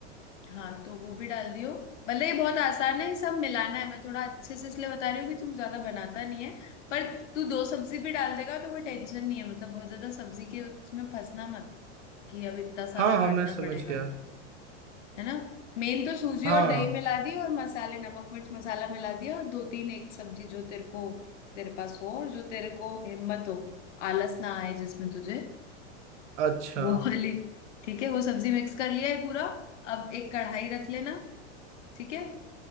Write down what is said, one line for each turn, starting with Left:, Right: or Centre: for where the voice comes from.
Left: हाँ तो वो भी डाल दियो मतलब ये बहुत आसान है ये सब मिलाना है मैं थोड़ा अच्छे से इसलिए बता रही हूँ कि तू ज्यादा बनाता नहीं है पर तू दो सब्जी भी डाल देगा तो कोई टेंशन नहीं है मतलब बहुत ज्यादा सब्जी के उसमें फंसना मत कि अब इतना सारा
Right: हाँ हाँ
Left: काटना
Right: मैं समझ
Left: पड़ेगा
Right: गया
Left: है ना मेन तो सूजी
Right: हाँ
Left: और दही मिला दी और मसाले नमक मिर्च मसाला मिला दिया और दो तीन एक सब्जी जो तेरे को तेरे पास हो और जो तेरे को हिम्मत हो आलस ना आए जिसमें तुझे
Right: अच्छा
Left: वो वाली ठीक है वो सब्जी मिक्स कर लिया है पूरा अब एक कढ़ाई रख लेना ठीक है